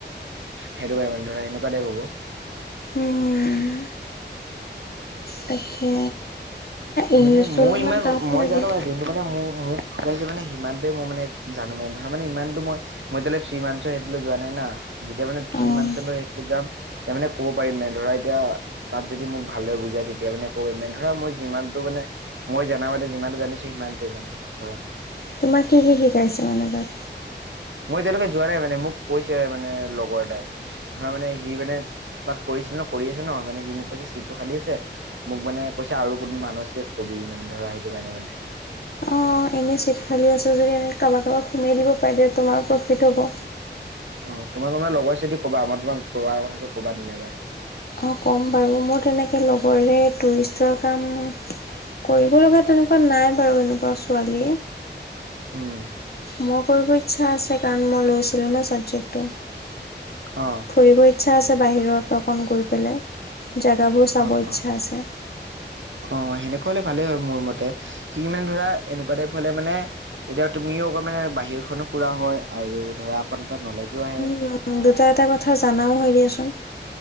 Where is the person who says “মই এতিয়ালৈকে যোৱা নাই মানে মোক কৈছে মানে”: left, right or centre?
Right